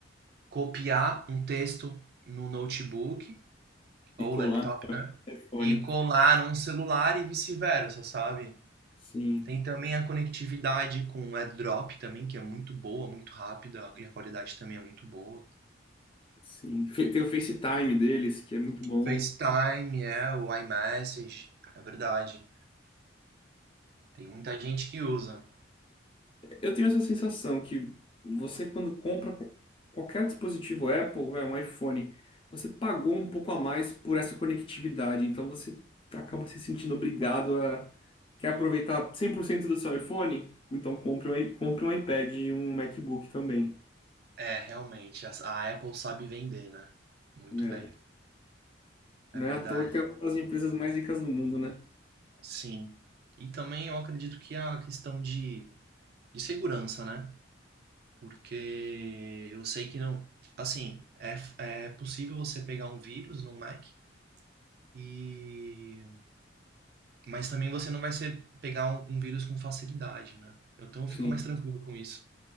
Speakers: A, on the right (about 50°); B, on the left (about 25°).
A: copiar um texto no notebook ou
B: e colar
A: laptop,
B: no
A: né?
B: telefone.
A: E colar num celular e vice-versa, sabe?
B: Sim,
A: Tem também a conectividade com o AirDrop também, que é muito boa, muito rápida, e a qualidade também é muito boa.
B: sim. Fe- Tem o FaceTime deles, que é muito bom.
A: FaceTime, é, o iMessage, é verdade. Tem muita gente que usa.
B: Eu tenho essa sensação que você, quando compra co- qualquer dispositivo Apple, vai, um iPhone, você pagou um pouco a mais por essa conectividade. Então você acaba se sentindo obrigado a. Quer aproveitar 100% do seu iPhone? Então compre um, i- compre um iPad e um MacBook também.
A: É, realmente, a a Apple sabe vender, né? Muito
B: É.
A: bem,
B: Não
A: é verdade.
B: é à toa que é uma das empresas mais ricas do mundo, né?
A: Sim. E também eu acredito que a questão de, de segurança, né? porque eu sei que não. Assim, é, é possível você pegar um vírus no Mac e. Mas também você não vai ser pegar um, um vírus com facilidade, né? Então eu
B: Sim.
A: fico mais tranquilo com isso.